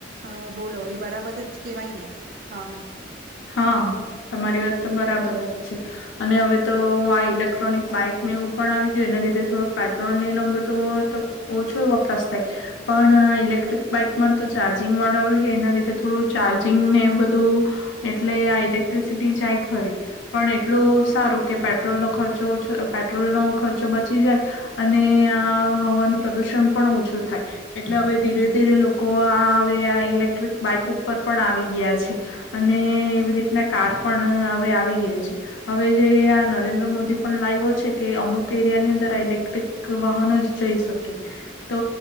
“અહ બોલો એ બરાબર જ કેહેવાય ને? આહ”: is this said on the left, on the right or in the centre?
Right